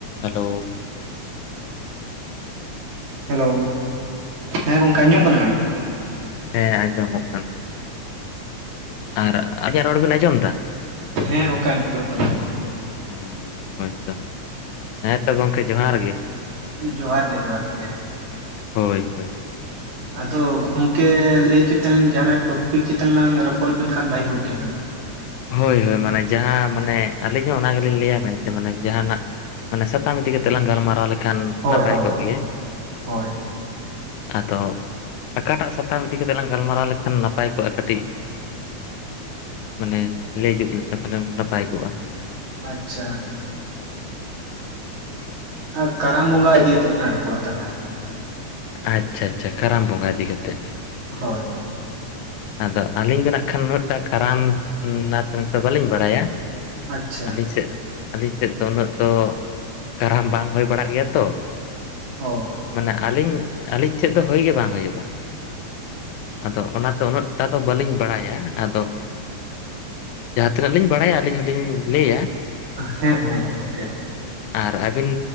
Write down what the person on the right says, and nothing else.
Hello, ᱦᱮᱸ ᱜᱚᱝᱠᱮ, ᱟᱸᱡᱩᱜ ᱠᱟᱱᱟ?
ᱦᱮᱸ ᱜᱚᱢᱠᱮ, ᱟᱸᱡᱚᱢᱚᱜ ᱠᱟᱱᱟ ᱾
ᱡᱚᱦᱟᱨ ᱜᱮ, ᱡᱚᱦᱟᱨ ᱜᱮ ᱾
ᱟᱫᱚ, ᱜᱚᱝᱠᱮ ᱞᱟᱹᱭ ᱦᱚᱪᱚ ᱢᱮᱱᱞᱟ <unintelligible> ᱧ ᱡᱟᱦᱟᱸᱱᱟᱜ, ᱴᱚᱯᱤᱠ ᱪᱮᱛᱟᱱ ᱞᱟᱝ ᱨᱚᱯᱚᱲ ᱞᱮᱱᱠᱷᱟᱱ ᱵᱷᱟᱜᱤ <unintelligible> ᱠᱚᱜ ᱠᱮᱭᱟᱞᱟᱝ ᱾
ᱦᱳᱭ
ᱦᱳᱭ
ᱦᱳᱭ
ᱟᱪᱪᱷᱟ ᱾ ᱟᱻ, ᱠᱟᱨᱟᱢ ᱵᱚᱸᱜᱟ ᱤᱫᱤ ᱭᱟᱛᱮ ᱞᱟᱝ ᱨᱚᱯᱚᱲᱟ, ᱛᱟᱦᱚᱞᱮ ᱾
ᱦᱳᱭ ᱾
ᱟᱪᱪᱷᱟ
ᱚ
ᱦᱮᱸ ᱦᱮᱸ ᱜᱚᱝᱠᱮ ᱾